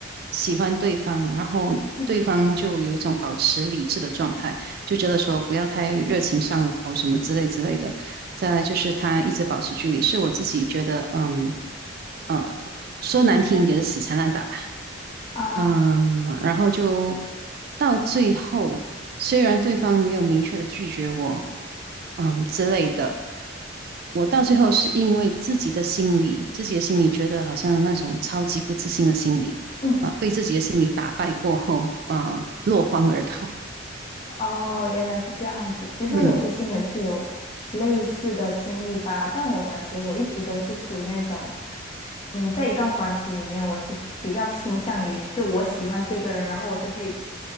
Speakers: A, on the right; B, on the left.
A: 喜欢对方，然后对方就有一种保持理智的状态，
B: 嗯
A: 就觉得说不要太热情上了头什么之类之类的。再来就是他一直保持距离，是我自己觉得，嗯，呃，说难听一点是死缠烂打吧。
B: 啊。
A: 嗯，然后就到最后，虽然对方没有明确的拒绝我，嗯之类的，我到最后是因为自己的心理，自己的心理觉得好像那种超级不自信的心理，
B: 嗯，
A: 啊、被自己的心理打败过后，啊、落荒而逃。<laughs>
B: 哦，原来是这样子。其实我之前也是有类似的经历吧，
A: 嗯，
B: 但我感觉我一直都是处于那种，嗯，在一段关系里面，我是比较倾向于就我喜欢这个人，然后我就会